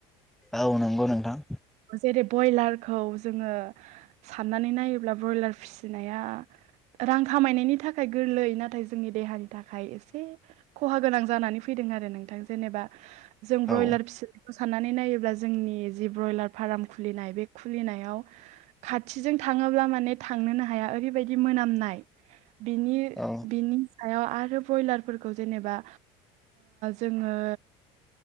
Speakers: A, in the centre; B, on the right (about 60°).
A: औ नंगौ नोंथां।
B: जेरै ब्रयलारखौ जोङो साननानै नायोब्ला ब्रयलार फिसिनाया रां खामायनायनि थाखाय गोरलै नाथाय जोंनि देहानि थाखाय एसे खहा गोनां जानानै फैदों आरो नोंथां जेनेबा जों
A: औ
B: ब्रयलार फिखौ साननानै नायोब्ला जोंनि जि ब्रयलार फार्म खुलिनाय बे खुलिनायाव खाथिजों थाङोब्ला माने थांनोनो हाया ओरैबायदि मोनामनाय बिनि
A: औ
B: बिनि हायाव आरो ब्रयलारफोरखौ जेनेबा जोङो